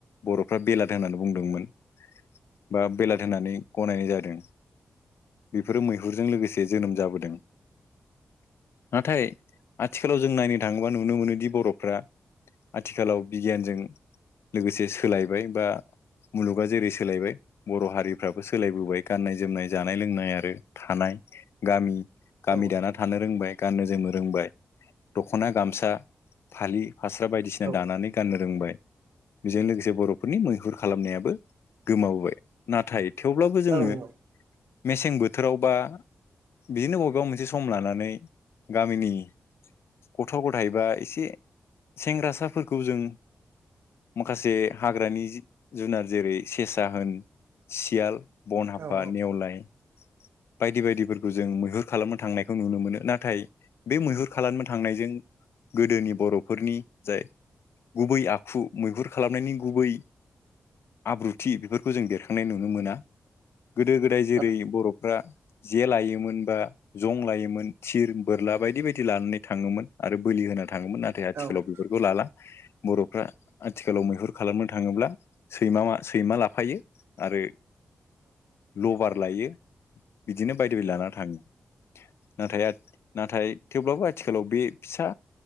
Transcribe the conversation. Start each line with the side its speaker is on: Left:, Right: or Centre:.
Left: बर'फ्रा बेलाथ होननानै बुंदोंमोन।
Right: <inaudible>
Left: बा बेलाथ होननानै गनायनाय जादों। बेफोरो मैहुरजों लोगोसे जोनोम जाबोदों। नाथाय आथिखालाव जों नायनो थाङोबा नुनो मोनोदि बर'फ्रा आथिखालाव बिगियानजों लोगोसे सोलायबाय बा मुलुगा जेरै सोलायबाय बर' हारि फ्राबो सोलायबोबाय गाननाय जोमनाय जानाय लोंनाय आरो थानाय गामि
Right: औ
Left: गामि दाना थानो रोंबाय। गाननो जोमनो रोंबाय दख'ना गामसा फालि फास्रा बायदिसिना
Right: औ
Left: दानानै गाननो रोंबाय। बिजों लोगोसे बर'फोरनि मैहुर खालामनायाबो गोमाबोबाय। नाथाय थेवब्लाबो जोङो
Right: नंगौ
Left: मेसें बोथोरावबा बिनो अबेबा मोनसे सम लानानै गामिनि गथ' गथाय बा एसे सेंग्रासाफोरखौ जों माखासे हाग्रानि जि जुनार जेरै सेसा होन सियाल बन हाफा
Right: औ औ औ
Left: नेवलाय बायदि बायदिफोरखौ जों मैहुर खालामनो थांनायखौ नुनो मोनो नाथाय बे मैहुर खालामनो थांनायजों गोदोनि बरफोरनि जाय गुबै आखु मैहुर खालामनायनि गुबै आब्रुथि बेफोरखौ जों बेरखांनाय नुनो मोना गोदो गोदाय
Right: औ
Left: जेरै बर जे लायोमोन बा जं लायोमोन थिर बोरला बायदि बायदि लानानै थाङोमोन आरो बोलि होना थाङोमोन नाथाय
Right: औ
Left: आथिखालाव बेफोरखौ लाला बरफ्रा आथिखालाव मैहुर खालामनो थाङोब्ला सैमा मा सैमा लाफायो आरो लबार लायो बिदिनो बायदि बायदि लाना थाङो नाथाय आ नाथाय थेवब्लाबो आथिखालाव बे फिसा